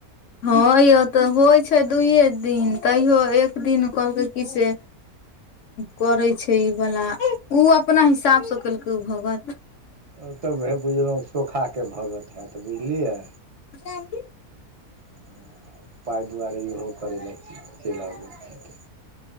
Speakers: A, on the left (about 65°); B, on the right (about 40°).
A: हँ यौ तऽ होइ छै दुइयए दिन तैयो एक दिन कहलकै की से। करै छै ई वला ओ अपना हिसाबसँ केलकै उ भगत।
B: ओ तब भेय बुझलौ सोखा केँ भगत है तऽ बुझलियै।
A: <unintelligible>
B: ह पाइ दुआरे इहो करै लऽ चैन आबैत हेतै